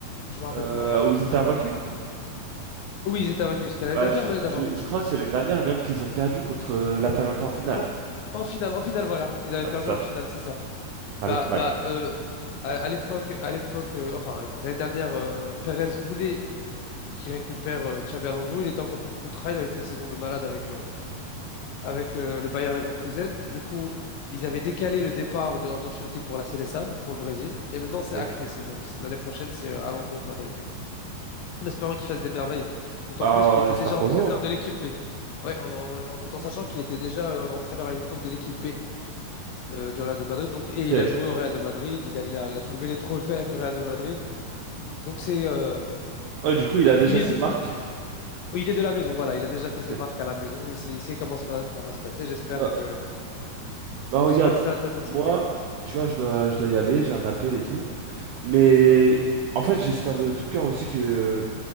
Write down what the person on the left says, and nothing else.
Je me rappelle
plus.
Oui, ils étaient vaincus. C'était l'année
dernière
ou l'année d'avant?
En, en finale, en finale, voilà. Ils avaient
perdu
en finale, c'est ça.
Bah,
bah, euh, à, à l'époque, à l'époque, euh, enfin, à l'époque, l'année dernière, euh, Perez voulait qu'il récupère euh, Xabi Alonso. Il était encore sous contrat. Il avait fait une saison de malade avec, euh, avec euh, le Bayer Leverkusen. Du coup, ils avaient décalé le départ de Ancelotti pour la Seleção, pour le Brésil. Et maintenant, c'est
acté, c'est bon. C'est- L'année prochaine, c'est euh, Alonso au Madrid. En espérant qu'il fasse des merveilles. D'autant
plus qu'il était
déjà entraîneur
de l'équipe B. Ouais, en, en- tout en sachant qu'il était déjà euh, entraîneur à une époque de l'équipe B euh, du Real de Madrid. Donc, et
il a joué au Real de Madrid, il a, il a, il a soulevé des trophées avec le Real de Madrid. Donc c'est, euh,
il est
de,
il, il est de la maison. Voilà, il a déjà fait
ses marques à la maison. Il sait, il sait comment ça va, ça va se passer. J'espère
que,
j'espère que ça, ça donne ses
fruits.
Ouais.